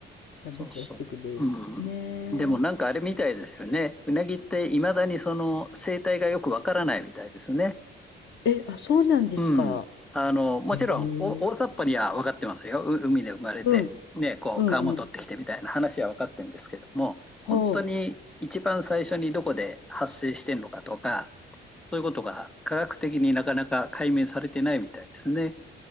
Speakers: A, on the left; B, in the centre.
A: 食べさせてくれる。
B: そうそう。
A: ね
B: うん。でもなんかあれみたいですよね。うなぎっていまだにその生態がよくわからないみたいですね。
A: え。え、あ、そうなんですか。
B: うん。あの、もちろん、
A: へえ。
B: お大雑把には分かってますよ。う海で生まれて、
A: うん、
B: ね、こう、
A: うんうん。
B: 川も取ってきてみたいな話は分かってるんですけども、本当に一番最初にどこで発生してんのかとか、
A: はあ。
B: そういうことが科学的になかなか解明されてないみたいですね。